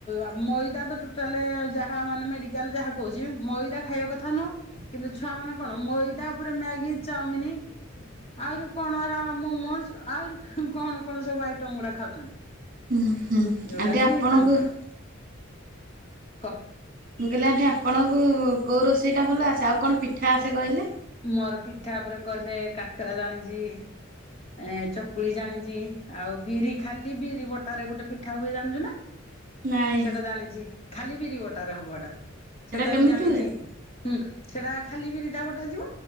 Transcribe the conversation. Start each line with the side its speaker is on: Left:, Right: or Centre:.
Left: ଆପ୍ ମଇଦା ତ ଟୋଟାଲେ ଯାହା ମାନେ ମେଡିକାଲ ଯାହା କହୁଚି ମଇଦା ଖାଇଆ କଥା ନୁହଁ। କିନ୍ତୁ ଛୁଆ ମାନେ କଣ ମଇଦା ଉପରେ ମ୍ୟାଗି ଚାଉମିନି ଆହୁରି କଣ ମୋମୋସ୍ ଆହୁରି କଣ କଣ ସବୁ ଆଇଟମ୍ ଗୁଡା ଖାଉଚନ୍ତି।
Right: ହୁଁ ହୁଁ
Left: ଯୋଉଟା
Right: ଆଣ୍ଟି
Left: କି
Right: ଆପଣଙ୍କୁ
Left: ତାଙ୍କର କହ
Right: ମୁଁ କଇଲି ଆଣ୍ଟି ଆପଣଙ୍କୁ କୋଉ ରୋଷେଇଟା ଭଲ ଆସେ ଆଉ କଣ ପିଠା ଆସେ କହିଲେ।
Left: ମୋର ପିଠା ଉପରେ କହିଲେ କାକେରା ଜାଣିଚି। ଆ ଚକୁଳି ଜାଣିଚି ଆଉ ବିରି ଖାଲି ବିରି ବଟାରେ ଗୋଟେ ପିଠା ହୁଏ ଜାଣିଚୁ ନା?
Right: ନାଇଁ
Left: ସେଟା ଜାଣିଚି ଖାଲି ବିରି ବଟାରେ ହବ ଏଟା
Right: ସେଇଟା
Left: ସେଟା
Right: କେମିତି
Left: ବି ଜାଣିଚି।
Right: ହୁଏ?
Left: ହୁଁ ସେଟା ଖାଲି ବିରିଟା ବଟାଯିବ